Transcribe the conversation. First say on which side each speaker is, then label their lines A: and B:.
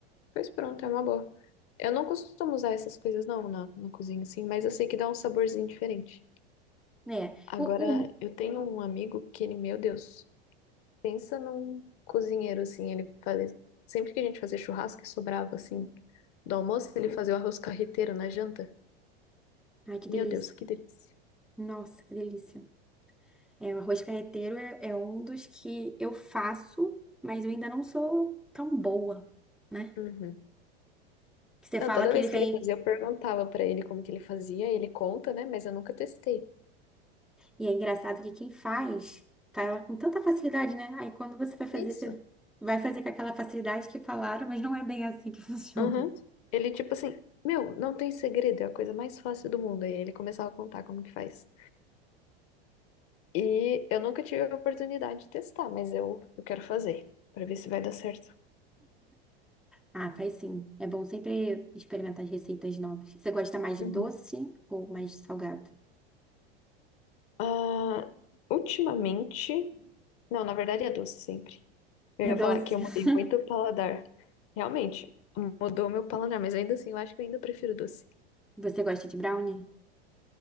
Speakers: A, on the left (about 45°); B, in the centre.
A: Pois pronto, é uma boa. Eu não costumo usar essas coisas, não, na, no cozinho, assim, mas eu sei que dá um saborzinho diferente.
B: É,
A: Agora,
B: o, o...
A: eu tenho um amigo que ele, meu Deus, pensa num cozinheiro, assim, ele fazia... Sempre que a gente fazia churrasco e sobrava, assim, do almoço, ele fazia o arroz carreteiro na janta.
B: Ai, que
A: Meu
B: delícia.
A: Deus, que delícia.
B: Nossa, que delícia. É, o arroz carreteiro é, é um dos que eu faço, mas eu ainda não sou tão boa, né?
A: Uhum.
B: Que você
A: Não,
B: fala
A: toda
B: que
A: vez
B: ele vem.
A: que ele fazia, eu perguntava pra ele como que ele fazia, ele conta, né? Mas eu nunca testei.
B: E é engraçado que quem faz, tá ela com tanta facilidade, né? Aí quando você vai fazer,
A: Isso.
B: você vai fazer com aquela facilidade que falaram, mas não é bem assim que <laughs> funciona.
A: Uhum. Ele, tipo assim, meu, não tem segredo, é a coisa mais fácil do mundo. E aí ele começava a contar como que faz. E eu nunca tive a oportunidade de testar, mas eu, eu quero fazer, pra ver se vai dar certo.
B: Ah, faz sim. É bom sempre experimentar as receitas novas. Você gosta mais de
A: Uhum.
B: doce ou mais de salgado?
A: Ah, ultimamente. Não, na verdade é doce sempre. Eu
B: É
A: ia
B: doce.
A: falar que eu mudei
B: <laughs>
A: muito o paladar. Realmente, mudou meu paladar, mas ainda assim, eu acho que eu ainda prefiro doce.
B: Você gosta de brownie?